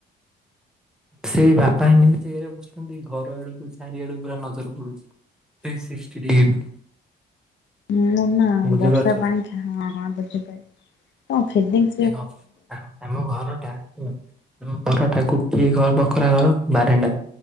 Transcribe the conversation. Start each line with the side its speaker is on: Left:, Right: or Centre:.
Centre: ସେଇ ବାପା ଏମିତି ଯେଗାରେ ବସୁଚନ୍ତି ଘର ଆଡକୁ ଚାରିଆଡକୁ ପୁରା ନଜର ପଡୁଚି। Three sixty degree.
Left: ମୁଁଁ ନା
Centre: ବୁଝିପାରୁଛ
Left: ବର୍ଷା ପାଣି ହଁ ହଁ ବୁଝିପାର ତ ଫିଲିଙ୍ଗ
Centre: ଦେଖ ଆମ ଘରଟା ଆମ ଘରଟା ଗୋଟିଏ ଘର ବକରା ଘର ବାରଣ୍ଡା